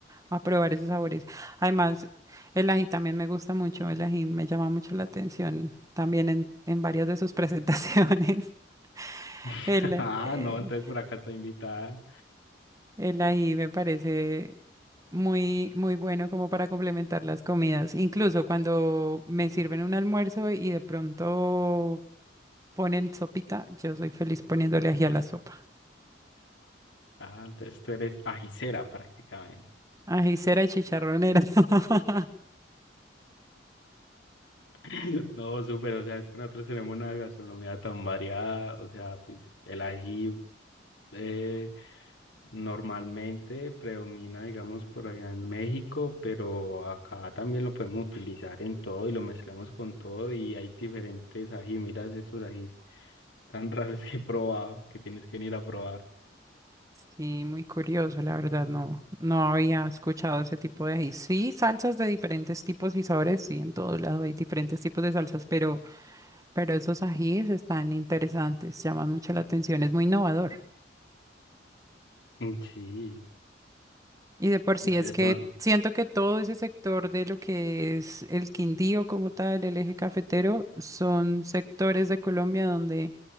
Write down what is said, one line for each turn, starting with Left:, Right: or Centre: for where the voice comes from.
Right: a probar esos sabores. Además, el ají también me gusta mucho. El ají me llama mucho la atención también en, en varias de sus presentaciones. <laughs>
Left: <laughs>
Right: El,
Left: Ah,
Right: eh,
Left: no, entonces por acá está invitada.
Right: El ají me parece muy, muy bueno como para complementar las comidas. Incluso cuando me sirven un almuerzo y de pronto ponen sopita, yo soy feliz poniéndole ají a la sopa.
Left: Ah, entonces tú eres ajicera prácticamente.
Right: Ajicera y chicharronera. <laughs>
Left: <laughs> No, súper, o sea, es que nosotros tenemos una gastronomía tan variada, o sea, pues el ají eh, normalmente predomina, digamos, por allá en México, pero acá también lo podemos utilizar en todo y lo mezclamos con todo y hay diferentes ají, miras esos ajís tan <laughs> raros que he probado, que tienes que venir a probar.
Right: Sí, muy curioso, la verdad, no, no había escuchado ese tipo de ají. Sí, salsas de diferentes tipos y sabores, sí, en todos lados hay diferentes tipos de salsas, pero, pero esos ajíes están interesantes, llaman mucho la atención, es muy innovador.
Left: Mm, Sí,
Right: Y de por
Left: de
Right: sí es que
Left: pronto.
Right: siento que todo ese sector de lo que es el Quindío como tal, el eje cafetero, son sectores de Colombia donde